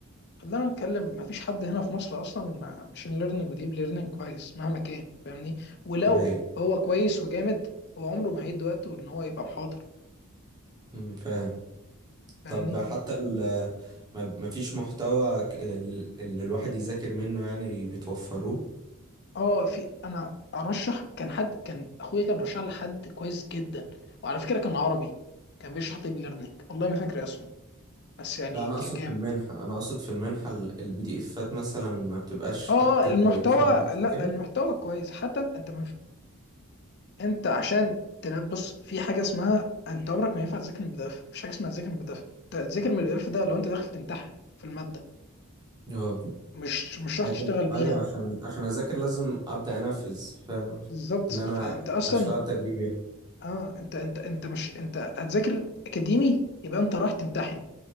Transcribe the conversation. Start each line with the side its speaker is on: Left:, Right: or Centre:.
Left: خلينا نتكلم مفيش حد هنا في مصر اصلا ماشين ليرنينج وديب ليرنينج كويس مهما كان فاهمني ولو
Right: ايوه
Left: هو كويس وجامد هو عمره ما هيدي وقته ان هو يبقى محاضر
Right: امم، فاهم
Left: فاهمني
Right: طب حتى ال... ما ما فيش محتوى ك- ال- اللي الواحد يذاكر منه يعني بتوفروه
Left: اه في انا ارشح كان حد كان اخويا كان رشح لحد كويس جدا وعلى فكره كان عربي كان بيشرح ديب ليرنينج والله ما فاكر اسمه بس يعني
Right: لا انا
Left: كان
Right: اقصد
Left: جامد
Right: في المنحة انا اقصد في المنحة البي دي افات مثلا ما بتبقاش
Left: اه
Right: حتى
Left: المحتوى
Right: كويسة إن الواحد
Left: لا
Right: يذاكرها
Left: المحتوى كويس حتى انت انت عشان تنام- بص في حاجه اسمها انت عمرك ما ينفع تذاكر من البي دي اف مفيش حاجه اسمها تذاكر من البي دي اف انت تذاكر من البي دي اف ده لو انت داخل تمتحن في الماده
Right: اه
Left: مش مش راح
Right: لكن
Left: تشتغل بيها
Right: ايوه عشان عشان اذاكر لازم ابدا انفذ فاهم
Left: بالظبط
Right: ان انا
Left: فانت اصلا
Right: اشتغل تجريبي يعني
Left: اه انت انت انت مش انت هتذاكر اكاديمي يبقى انت راح تمتحن